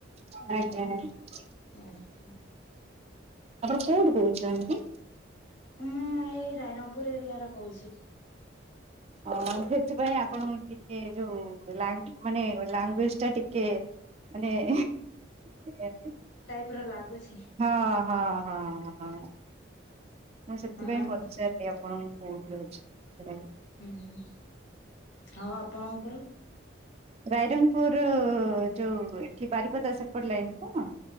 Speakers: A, on the right; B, on the left.
A: ଆଜ୍ଞା।
B: ଏମିତି।
A: ଆପଣ କୋଉଠୁ କହୁଛନ୍ତି?
B: ମୁଁ ଏଇ ରାଇରଙ୍ଗପୁର ଏରିଆ ର କହୁଛି।
A: ହଁ ସେଥିପାଇଁ ଆପଣଙ୍କ ଟିକେ ଯୋଉ ମାନେ ଲାଙ୍ଗୁଏଜ ଟା ଟିକେ ମାନେ <inaudible>
B: ପୁରା ଲାଗୁଛି।
A: ହଁ ହଁ ହଁ ହଁ। ମୁଁ ସେଥିପାଇଁ
B: ଆମ୍
A: ପଚାରିଲି ଆପଣଙ୍କୁ କୋଉଠି ଅଛି ସେ?
B: ଉଁ ହୁଁ ଆଉ ଆପଣଙ୍କର?
A: ରାଇରଙ୍ଗପୁର ଯୋଉ ଏଠି ବାରିପଦା ସେପଟ ଲାଇନ ତ?